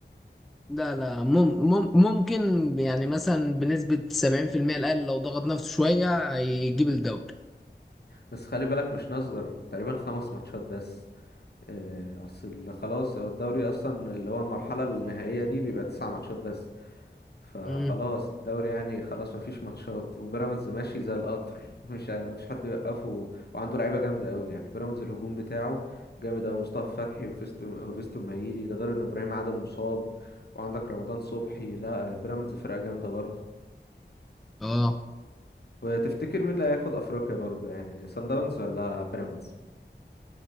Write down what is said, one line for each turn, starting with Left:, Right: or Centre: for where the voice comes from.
Centre: لا لا مم مم ممكن يعني مثلا بنسبة 70% الأقل لو ضغط نفسه شوية يجيب الدوري
Left: بس خلي بالك مش نصغر تقريبا خمس ماتشات بس آه، اصل خلاص هو الدوري اصلا اللي هو المرحلة النهائية دي بيبقى تسع ماتشات بس فخلاص
Centre: امم
Left: الدوري يعني خلاص مفيش ماتشات وبيراميدز ماشي زي القطر <laughs> مش ع- مفيش حد يوقفه وعنده لعيبه جامده قوي يعني بيراميدز الهجوم بتاعه جامد قوي مصطفى فتحي وفيستو وفيستو مايلي ده غير ان ابراهيم عادل مصاب وعندك رمضان صبحي لا بيراميدز فرقه جامده برضه
Centre: اه
Left: وتفتكر مين اللي هياخد افريقيا برضه يعني سان داونز ولا بيراميدز